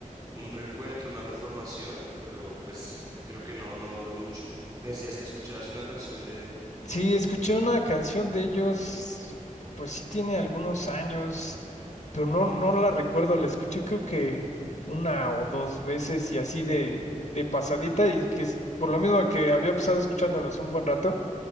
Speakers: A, on the right; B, on the left.
A: un reencuentro, una reformación, pero pues sí, creo que no, no duró mucho. Me decías que escuchabas una canción de,
B: Sí, escuché una canción de ellos, pues sí tiene algunos años, pero no, no la recuerdo, la escuché creo que una o dos veces y así de, de pasadita y que si- por lo mismo que había pasado escuchándolos un buen rato,